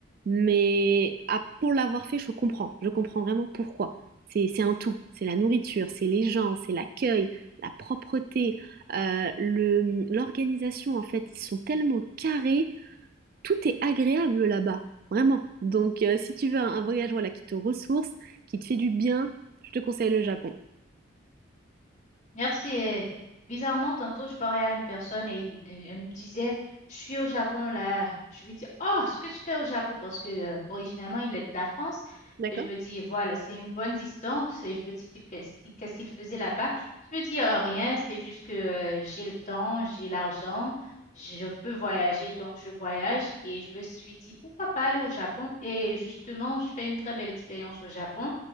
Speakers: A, on the right (about 45°); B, on the left (about 35°).
A: mais ah, pour l'avoir fait, je comprends. Je comprends vraiment pourquoi. C'est, c'est un tout. C'est la nourriture, c'est les gens, c'est l'accueil, la propreté. Euh, le, l'organisation, en fait, ils sont tellement carrés, tout est agréable là-bas, vraiment. Donc, euh, si tu veux un, un voyage voilà, qui te ressource, qui te fait du bien, je te conseille le Japon.
B: Merci. Et bizarrement, tantôt, je parlais à une personne et, il et elle me disait, je suis au Japon là. Je lui dis, oh, ce que tu fais au Japon, parce que euh, originalement, il est de la France.
A: D'accord?
B: Et je me dis, voilà, c'est une bonne distance. Et je me dis qu'il fait, qu'il- qu'est-ce qu'il faisait là-bas? Je me dis, euh, rien, c'est juste que euh, j'ai le temps, j'ai l'argent, je peux voyager, donc je voyage. Et je me suis dit, pourquoi pas aller au Japon? Et justement, je fais une très belle expérience au Japon.